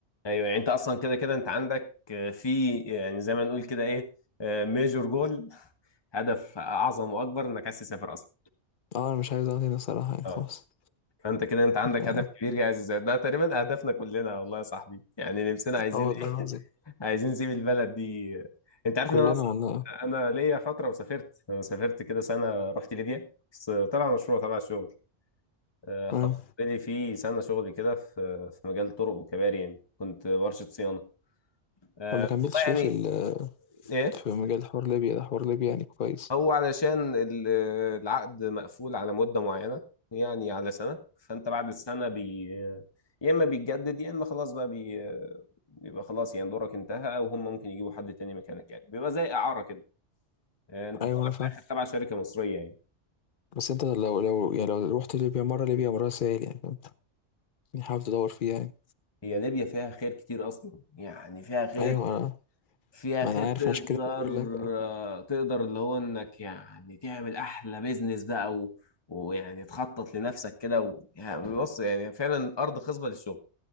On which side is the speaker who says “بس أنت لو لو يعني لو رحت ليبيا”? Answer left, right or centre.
Left